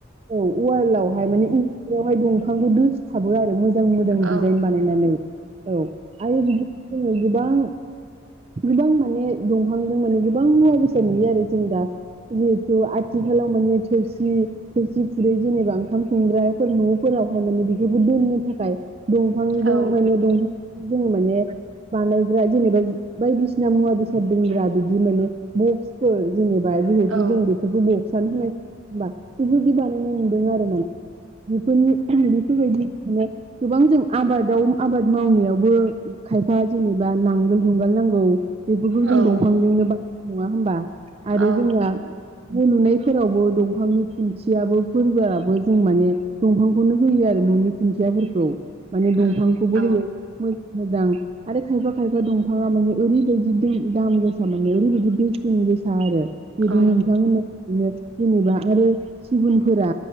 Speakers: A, on the right (about 30°); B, on the right (about 75°).
A: औ उवालावहाय मानि इनजुराव हाय दंफांखौ दोसथाबो आरो मो जों मोजां
B: औ
A: दिजाइन बानायनानै औ आरो बिदिनो जोङो गोबां गोबां माने दंफांजों माने गोबां मुवा बेसाद नुयो आरो जों दा जिहेथु आथिखालाव माने थोरसि थोरसि खुरै जेनेबा ओंखाम संग्राफोर न'फोरावहाय माने बिखोबो दोननो थाखाय दंफांजों
B: औ
A: माने दंफां जोङो माने बानायग्रा जेनेबा जे बायदिसिना मुवा बेसाद दोनग्रा बिदि माने बक्सफोर जेनेबा जिहेथु
B: औ
A: जों बेफोरखौ बक्सान होनाय बा बेफोरदि बानायनाय नुदों आरो माने बेफोरनि बेफोरबायदि माने गोबां जों आबादाव आबाद मावनायावबो खायफा जेनेबा नांगोलजुं गाल नांगौ बेफोरखौ जों
B: औ
A: दफांजोंनो बन नङा होमबा आरो
B: औ
A: जोंहा
B: औ
A: बो नुनायफोरावबो दंफांनि खुन्थियाबो फोरबोआबो जों माने दंफांखौनो होयो आरो न'नि खुन्थियाफोरखौ माने दंफांखौबो
B: उम औ
A: होयो मोन मोजां आरो खायफा खायफा दं फाङा माने ओरैबायदि दों दाम गोसा माने ओरैबायदि बेसेन गोसा आरो बेदि
B: औ
A: नोंथांमोना नो जेनेबा आरो सिगुनफोरा